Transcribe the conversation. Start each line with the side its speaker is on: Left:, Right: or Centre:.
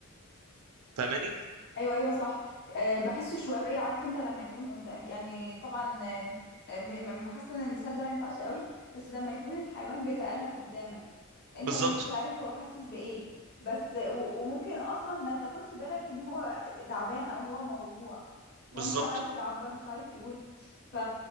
Right: فاهماني
Left: ايوه ايوه صح أه بحسه شويه عارف انت لما يكون قدام يعني طبعا آه، م- م- حاسه ان المثال ده ما ينفعش قوي بس لما يكون الحيوان بيتألم قدامك انت
Right: بالظبط
Left: ما انتش عارف هو حاسس بايه بس و- وممكن اصلا ما تاخدش بالك ان هو تعبان او هو موجوع
Right: بالظبط
Left: هو مش عارف يعبر مش عارف يقول ف...